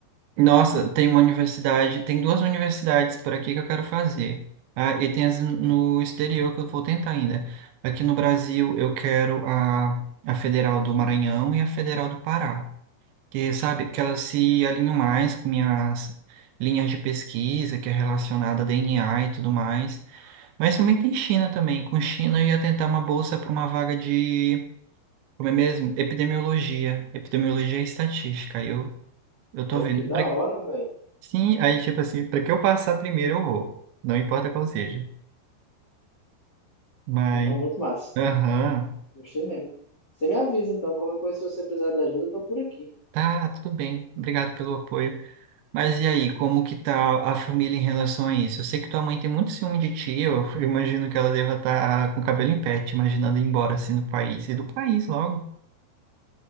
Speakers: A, on the right; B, on the left.
A: Nossa, tem uma universidade, tem duas universidades por aqui que eu quero fazer. Ah, e tem as no exterior que eu vou tentar ainda. Aqui no Brasil eu quero a, a Federal do Maranhão e a Federal do Pará, que sabe que elas se alinham mais com minhas linhas de pesquisa, que é relacionada a DNA e tudo mais. Mas também tem China também. Com China eu ia tentar uma bolsa para uma vaga de, como é mesmo? Epidemiologia, epidemiologia e estatística. Aí Eu eu
B: Pô,
A: tô vendo.
B: que da hora, velho.
A: Sim, aí tipo assim, para que eu passar primeiro eu vou. Não importa qual seja. Mas,
B: Não, muito massa.
A: aham,
B: Gostei mesmo. Você me avisa, então, qualquer coisa, se você precisar de ajuda, eu tô por aqui.
A: tá, tudo bem. Obrigado pelo apoio. Mas e aí, como que tá a família em relação a isso? Eu sei que tua mãe tem muito ciúme de ti, eu <laughs> imagino que ela deva estar com o cabelo em pé, te imaginando ir embora assim do país. E do país logo.